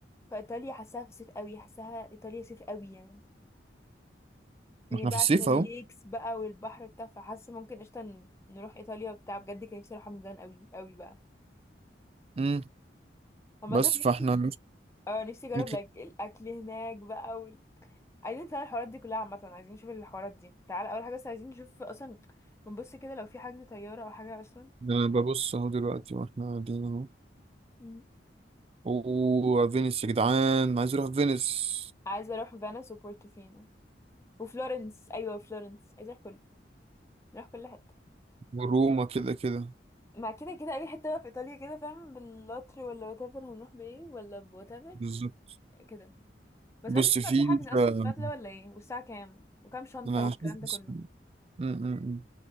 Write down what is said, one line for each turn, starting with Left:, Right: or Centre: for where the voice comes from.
Left: فايطاليا حاساها في الصيف قوي حاساها ايطاليا صيف قوي يعني يعني
Right: ما احنا
Left: بقى
Right: في الصيف
Left: عشان الليكس
Right: اهو
Left: بقى والبحر بتاع فحاسة ممكن قشطة ن- نروح ايطاليا وبتاع بجد كان نفسي اروحها من زمان قوي قوي بقى
Right: امم
Left: عامة
Right: بس فاحنا
Left: نفسي اه نفسي اجرب
Right: نطلع
Left: لايك الاكل هناك بقى وال... عايزين نتابع الحوارات دي كلها عامة عايزين نشوف الحوارات دي تعال اول حاجة بس عايزين نشوف اصلا بنبص كده لو في حجز طيارة او حاجة اصلا
Right: انا ببص اهو دلوقتي واحنا قاعدين اهو
Left: مم.
Right: اوه فينيس يا جدعان أنا عايز اروح فينيس
Left: عايزة اروح فينيس وبورتوفينو وفلورنس ايوه فلورنس عايزه اروح كله نروح كل حته
Right: وروما كده كده
Left: مع كده كده اي حته بقى في ايطاليا كده فاهم بالقطر ولا وات ايفر هنروح بايه ولا بوات ايفر
Right: بالظبط
Left: كده بس
Right: بص
Left: عايزه اشوف
Right: في
Left: لو في حجز اصلا
Right: آه،
Left: في الوقت ده ولا ايه والساعه كام وكام شنطه
Right: انا
Left: والكلام
Right: حاسس-
Left: ده كله
Right: م- م- م.